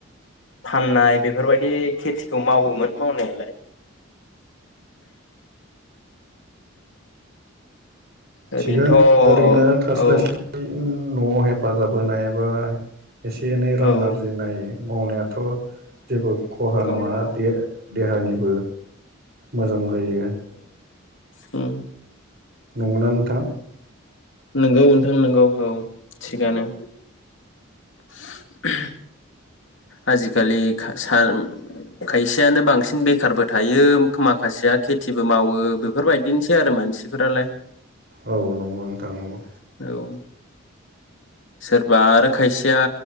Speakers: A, on the left; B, on the right.
A: फाननाय बेफोर बायदि खेथिखौ मावोमोन मावनायालाय। <inaudible> ओरैनोथ
B: थिगानो ओरैनो थास्लायस्लाय
A: औ।
B: नआव हेफाजाब होनायबा एसे एनै रां
A: औ
B: आरजिनाय मावनायाथ जेबो खहा
A: नंगौ
B: नङाना
A: नंगौ
B: देहानिबो मोजां जायो।
A: उम।
B: नंगौ ना नोंथां?
A: नोंगौ नोंथां नोंगौ औ। थिगानो। <inaudible> आजिखालि खा-सा-खायसेयानो बांसिन बेखारबो थायो माखासेया खेथिबो मावो बेफोर बायदिनोसै आरो मानसि फोरालाय।
B: औ नंगौ नोंथां नंगौ।
A: औ सोरबा आरो खायसेया